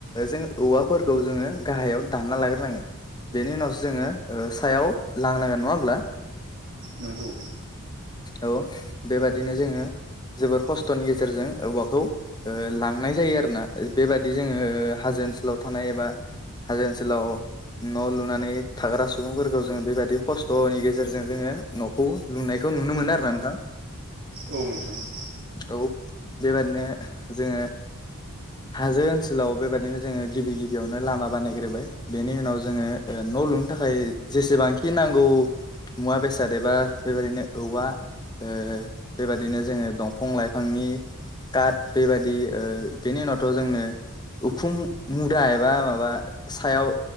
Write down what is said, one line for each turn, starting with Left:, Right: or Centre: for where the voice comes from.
Left: जों औवाफोरखौ जोङो गाहायाव दानना लाग्रोनांगोन बेनि उनावसो जोङो सायाव लांनांगोन नङा होमब्ला
Right: नंगौ
Left: औ बेबादिनो जोङो जोबोर खस्थ'नि गेजेरजों औवाखौ लांनाय जायो आरोना बेबादि जोङो हाजो ओनसोलाव थानाय एबा हाजो ओनसोलाव न' लुनानै थाग्रा सुबुंफोरखौ जों बेबायाददि खस्थ'नि गेजेरजों जोङो न' खौ लुनायखौ नुनो मोनो आरोना नोंथां
Right: औ नोंथां औव
Left: औ बेबादिनो जोङो हाजो ओनसोलाव बेबदिनो जोङो गिबि गिबियावनो लामा बानायग्रोबाय बेनि उनाव ज जोङो न' लुनो थाखाय जेसेबांखि नांगौ मुवा बेसाद एबा बेबायदिनो औवा ओ बेबादिनो जोङो दंफां लाइफांनि काट बेबादि ओ बेनि उनावथ' जोंनो उखुम मुदा एबा माबा सायाव